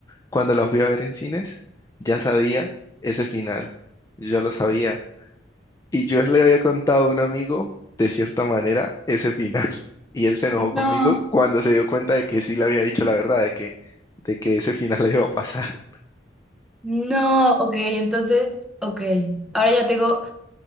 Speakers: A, on the left; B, in the centre.
A: cuando la fui a ver en cines, ya sabía ese final, yo ya lo sabía, y yo le había contado a un amigo, de cierta manera, ese final, <laughs> y él se enojó
B: No,
A: conmigo cuando se dio cuenta de que sí le había dicho la verdad, de que, de que ese final le iba a pasar.
B: no, ok, entonces, ok. Ahora ya tengo